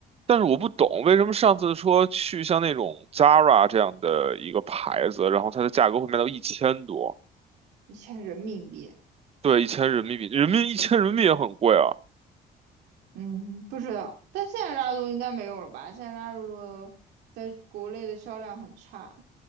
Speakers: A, on the right (about 35°); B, on the right (about 85°).
A: 但是我不懂为什么上次说去像那种 Zara 这样的一个牌子，然后它的价格会卖到一千多，
B: 一千人民币。
A: 对，一千人民币，人民一千人民币也很贵啊。
B: 嗯，不知道，但现在拉露应该没有了吧？现在拉露的在国内的销量很差，